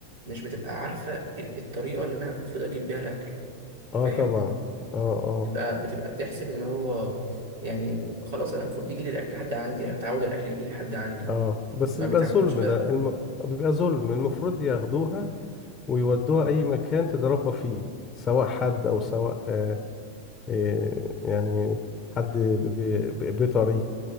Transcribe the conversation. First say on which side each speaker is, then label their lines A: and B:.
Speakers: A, on the right; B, on the left.
A: مش بتبقى عارفه ال- الطريقه اللي انا المفروض اجيب بيها الاكل
B: اه
A: فاهم
B: طبعا اه اه
A: بتبقى بتبقى بتحسب ان هو يعني خلاص انا المفروض يجي لي الاكل لحد عندي انا متعود الاكل يجي لي لحد عندي
B: اه بس
A: ما
B: بيبقى
A: بيتعودوش
B: ظلم
A: بقى
B: ده الم... بيبقى ظلم المفروض ياخدوها ويودوها اي مكان تتربى فيه سواء حد او سواء آه آه يعني حد ب... ب... ب- بيطري